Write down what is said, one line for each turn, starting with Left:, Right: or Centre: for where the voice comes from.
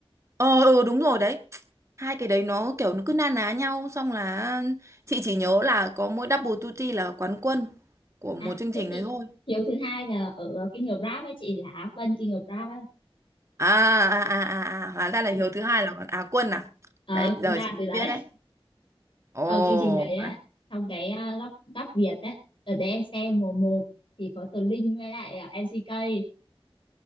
Right: Ờ ừ, đúng rồi đấy. Hai cái đấy nó kiểu nó cứ na ná nhau xong là chị chỉ nhớ là có mỗi Double Duty là quán quân của một
Left: À,
Right: chương
Left: thế
Right: trình
Left: thì
Right: đấy thôi.
Left: hiếu thứ hai là ở King of Rap ấy chị là Á quân King of Rap á
Right: À à à à à, hóa ra là
Left: cũng
Right: Hiếu thứ hai là Á quân à?
Left: à,
Right: Đấy,
Left: cũng
Right: giờ
Left: ra
Right: chị mới
Left: từ đấy
Right: biết đấy.
Left: <laughs>
Right: Ồ.
Left: đầu chương trình đấy á
Right: à,
Left: trong cái uh, góc góc Việt á ở đấy em xem mùa một thì có Tố Linh với lại uh, MCK